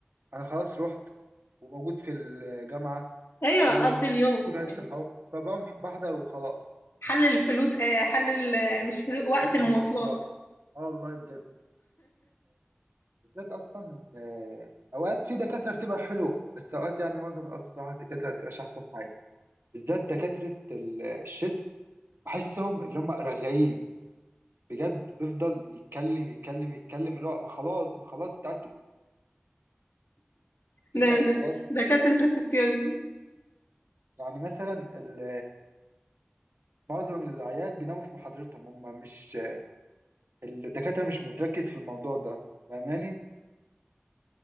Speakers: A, on the right; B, on the left.
A: انا خلاص رحت وموجود في الجامعه
B: ايوه
A: والدكتور
B: اقضي اليوم
A: هيشرح
B: يعني
A: اهو فبقوم بحضر وخلاص
B: حل الفلوس آه، حل ال- مش فلوس وقت
A: بس
B: المواصلات
A: المواصلات اه والله بجد بالذات اصلا إن، آه، اوقات في دكاتره بتبقى حلو بس اوقات يعني معظم الاوقات بصراحه الدكاتره ما بتبقاش احسن حاجه بالذات دكاتره ال- الشيست بحسهم اللي هم رغايين بجد بيفضل يتكلم يتكلم يتكلم اللي هو ما خلاص ما خلاص انت قاعد
B: ده
A: تقرا وخلاص
B: ده- دكاترة في السيادة
A: يعني مثلا ال- معظم العيال بيناموا في محاضرتهم هم مش الدكاتره مش بتركز في الموضوع ده فاهماني